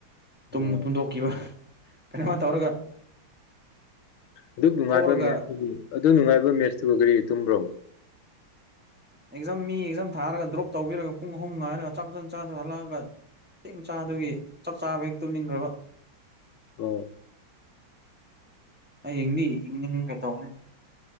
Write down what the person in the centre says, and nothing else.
ꯇꯨꯡ
ꯇꯨꯝꯗꯣꯛꯈꯤꯕ ꯀꯩꯅꯣꯃ ꯇꯧꯔꯒ
ꯊꯣꯛꯔꯒ
ꯑꯦꯛꯖꯥꯝ ꯃꯤ ꯑꯦꯛꯖꯥꯝ ꯊꯥꯔꯒ ꯗ꯭ꯔꯣꯞ ꯇꯧꯕꯤꯔꯒ ꯄꯨꯡ ꯑꯍꯨꯝ ꯉꯥꯏꯔꯒ ꯆꯥꯛ ꯐꯖ ꯆꯥꯗ ꯍꯜꯂꯛꯑꯒ ꯀꯩꯡ ꯆꯥꯗ꯭ꯔꯤ ꯆꯥꯛ ꯆꯥꯕ ꯍꯦꯛ ꯇꯨꯝꯅꯤꯡꯈ꯭ꯔꯕ
ꯍꯌꯦꯡꯅꯤ ꯏꯡꯅꯤꯡꯒ ꯇꯧꯕꯅꯤ